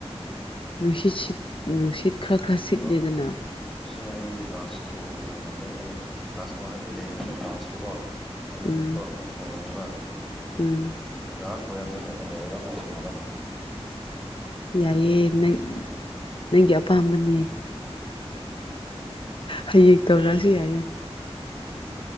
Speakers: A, on the left; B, in the centre.
A: ꯅꯨꯡꯁꯤꯠ ꯁꯤꯠ ꯅꯨꯡꯁꯤꯠ꯫ ꯈꯔ ꯈꯔ ꯁꯤꯠꯂꯦꯗꯅ
B: ꯑꯗꯣ꯫ ꯁꯤꯅ ꯑꯩꯒꯤ ꯂꯥꯁ ꯀꯣ ꯑꯣꯏꯔꯝꯒꯅꯦ ꯑꯩ ꯂꯥꯁ ꯀꯣ ꯍꯥꯏꯕꯗꯤ ꯂꯩꯔꯤꯕ ꯂꯥꯁꯇꯣꯀꯣ꯫ ꯑꯩ
A: ꯎꯝ
B: ꯊꯕꯛ ꯑꯃꯨꯛ ꯍꯧꯔꯅꯦꯕ꯫
A: ꯎꯝ꯫
B: ꯑꯗꯨꯒ ꯍꯣꯔꯦꯟ ꯑꯃꯨꯛ ꯉꯥꯛꯇꯪ ꯂꯩꯔꯒ ꯑꯃꯨꯛ ꯁꯥꯟꯅꯕ꯫
A: ꯌꯥꯏꯑꯦ ꯅꯪ ꯅꯪꯒꯤ ꯑꯄꯥꯝꯕꯅꯤ꯫ ꯍꯌꯦꯡ ꯇꯧꯔꯛꯑꯁꯨ ꯌꯥꯏꯌꯦ꯫